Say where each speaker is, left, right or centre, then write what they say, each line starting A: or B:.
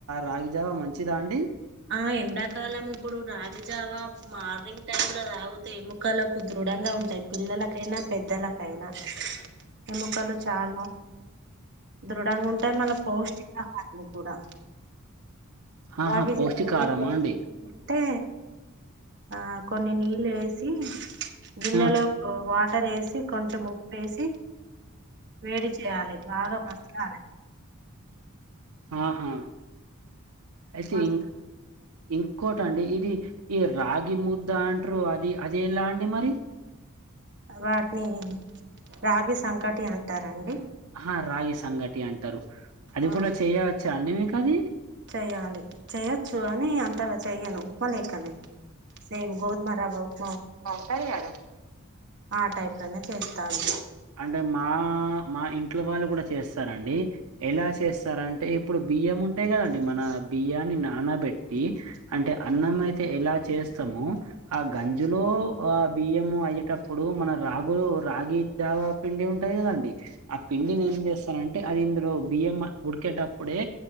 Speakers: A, on the right (about 90°); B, on the right (about 55°).
A: రాగి జావా మంచిదా అండి
B: ఆ ఎండాకాలం ఇప్పుడు రాగిజావా మార్నింగ్ టైమ్ లో తాగితే ఎముకలకు దృఢంగా ఉంటాయి పిల్లలకైనా పెద్దలకైనా ఎముకలు చాలా దృడంగా ఉంటాయి మళ్ళ పౌష్టికాహారం కూడా
A: ఆహా
B: రాగి
A: పౌష్టికారమా
B: జావా అట్లా రోజు
A: అండి
B: తీసుకుంటే ఆ కొన్ని నీళ్ళేసి గిన్నెలో
A: ఆ
B: వాటర్ ఏసి కొంచెం ఉప్పేసి వేడి చేయాలి బాగా మసలాలి
A: ఆహా అయితేే
B: మస
A: ఇం కోకటి ఇది ఈ రాగి ముద్ద అంటారు అది అది ఎలా అండి మరి
B: వాటిని రాగి సంకటి అంటారండి
A: ఆ రాగి సంకటి అంటారు అది
B: ఆ
A: కూడా చేయవచ్చా అండి మీకు అది
B: చెయ్యాలి చెయొచ్చు అని అంత ట చెయ్యను ఉప్మ లెక్కనే సేమ్ గోదుమ రవ్వ ఉక్మ
A: ఉంటది గదా
B: ఆ టైప్ లోనే చేస్తాను
A: అంటే మా మా ఇంట్లో వాళ్ళు కూడా చేస్తారండి ఎలా చేస్తారంటే ఇప్పుడు బియ్యం ఉంటాయి కదండి మన బియ్యాన్ని నానబెట్టి అంటే అన్నం అయితే ఎలా చేస్తమో ఆ గంజెలో ఆ బియ్యము అయ్యెటప్ ఇప్పుడు మన రాగులు రాగి జావా పిండి ఉంటది కదండి ఆ పిండిని ఏం చేస్తానంటే అది ఇందులో బియ్యం ఉడికేటప్పుడే